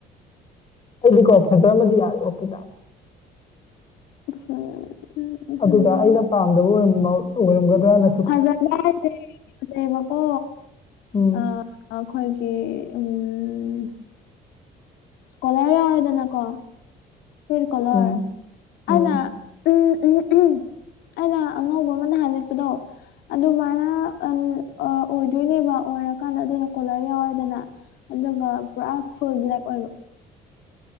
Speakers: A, on the left; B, on the left.
A: ꯑꯩꯗꯤꯀꯣ ꯐꯖꯔꯝꯃꯗꯤ ꯌꯥꯔꯦ ꯑꯣꯀꯦ‌ ꯇꯥꯔꯦ
B: <unintelligible>
A: ꯑꯗꯨꯗ
B: ꯎꯝ
A: ꯑꯩꯅ ꯄꯥꯝꯗꯕ ꯑꯣꯏꯔꯝꯒꯗ꯭ꯔꯥꯅ
B: ꯐꯖꯕ ꯍꯥꯏꯁꯦ ꯐꯖꯩꯕꯀꯣ
A: ꯎꯝ
B: ꯑ ꯑꯩꯈꯣꯏꯒꯤ ꯎꯝ ꯀꯣꯂꯔ ꯌꯥꯎꯔꯦꯗꯅꯀꯣ ꯐꯨꯔꯤꯠ ꯀꯣꯂꯔ
A: ꯎꯝ ꯎꯝ
B: ꯑꯩꯅ ꯎꯝ ꯎꯝ ꯎꯝ ꯑꯩꯅ ꯑꯉꯧꯕ ꯑꯃ ꯅꯍꯥꯟ ꯂꯤꯠꯄꯗꯣ ꯑꯗꯨꯃꯥꯏꯅ ꯑꯝ ꯑꯣꯏꯗꯣꯏꯅꯦꯕ ꯑꯣꯏꯔ ꯀꯥꯟ ꯑꯗꯨꯅ ꯀꯣꯂꯔ ꯌꯥꯎꯔꯦꯗꯅ ꯑꯗꯨꯒ ꯄꯨꯔꯥ ꯐꯨꯜ ꯕ꯭ꯂꯦꯛ ꯑꯣꯏꯕ